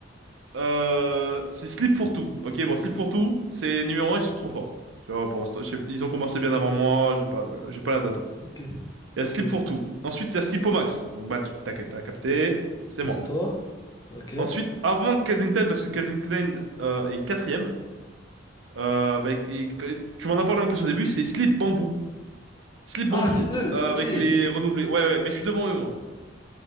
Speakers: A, on the right; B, on the left.
A: Euh, c'est Slip for Two. Ok, bon, Slip for Two, c'est numéro un, ils sont trop forts. Tu vois, pour l'instant, je sais- ils ont commencé bien avant moi, j'ai pas le, j'ai pas la data.
B: Ok,
A: Il y
B: ok,
A: a Slip
B: ok.
A: for Two. Ensuite, il y a Sleepomax. Donc, bah, tu- t'as, t'as capté, c'est
B: Ça,
A: moi.
B: c'est toi. Ok.
A: Ensuite, avant Calvin Klein, parce que Calvin Klein euh, est quatrième, euh, bah, et- et- tu m'en as parlé en plus au début, c'est Slip Bamboo. Slip Bamboo,
B: Ah, c'est eux.
A: euh,
B: Ok.
A: avec les renouvelés. Ouais, ouais, mais je suis devant eux, moi.